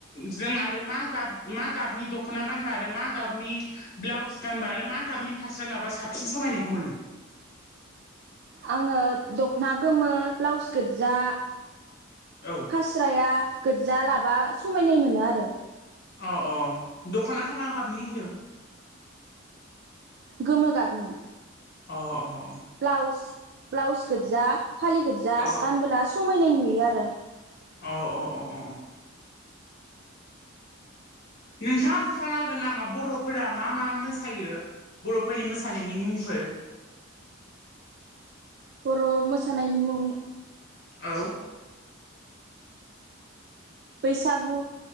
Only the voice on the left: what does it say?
जों आरो मा गाब मा गाबनि दख'ना गानब आरो मा गाबनि ब्लाउस गानबा आरो मा गाबनि फास्रा लाबा साबसिन समायनायखौ मोनो?
औौ
औ औ दख'ना खौ मा गाबनि होनदों?
अ अ
औ
औ औ अ अ नोंथाङा खोन्थानो हागोन नामा बर'फोरा मा मा मोसायो? बर'फोरनि मोसानायनि मुंफोर?
औ